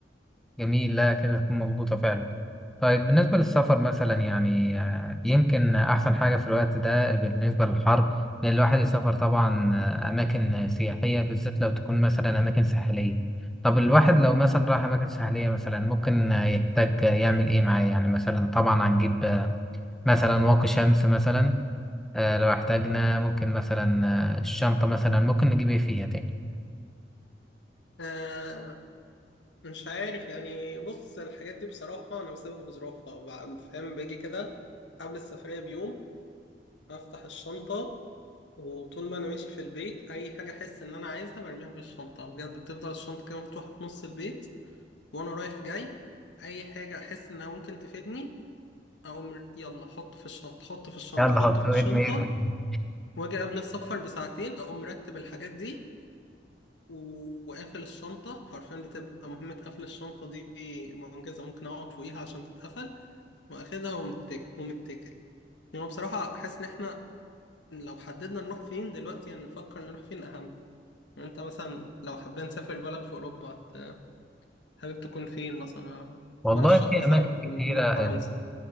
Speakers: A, in the centre; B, on the left.
A: جميل لا كده تكون مظبوطة فعلا طيب بالنسبة للسفر مثلا يعني آه، يمكن أحسن حاجة في الوقت ده بالنسبة للحر إن الواحد يسافر طبعا آه، أماكن سياحية بالذات لو تكون مثلا أماكن ساحلية طب الواحد لو مثلا راح أماكن ساحلية مثلا ممكن آه، يحتاج آه، يعمل إيه معاه يعني مثلا طبعا هنجيب آه، مثلا واقي شمس مثلا آه، لو احتاجنا ممكن مثلا آه، الشنطة مثلا ممكن نجيب ايه فيها تاني
B: آه مش عارف يعني بص الحاجات دي بصراحة أنا بسيبها بظروفها بع- فاهم باجي كده قبل السفرية بيوم أفتح الشنطة وطول ما أنا ماشي في البيت أي حاجة أحس إن أنا عايزها برميها في الشنطة بجد بتفضل الشنطة كده مفتوحة في نص البيت وانا رايح جاي اي حاجه احس انها ممكن تفيدني اقوم يلا حط في الشنطه حط في الشنطه
A: يلا
B: حط
A: حط
B: في
A: ارمي
B: الشنطه
A: ارمي
B: واجي قبل السفر بساعتين اقوم مرتب الحاجات دي و- وقافل الشنطه حرفيا بتبقى مهمه قفل الشنطه دي معجزه ممكن اقعد فوقيها عشان تتقفل واخدها ومتكل ومتكل يعني بصراحه احس ان احنا لو حددنا نروح فين دلوقتي يعني نفكر نروح فين اهم يعني انت مثلا لو حابين نسافر بلد في اوروبا ت- حابب تكون فين مثلا
A: والله
B: برشح
A: في
B: مثلا
A: أماكن كتيرة
B: نروح فرنسا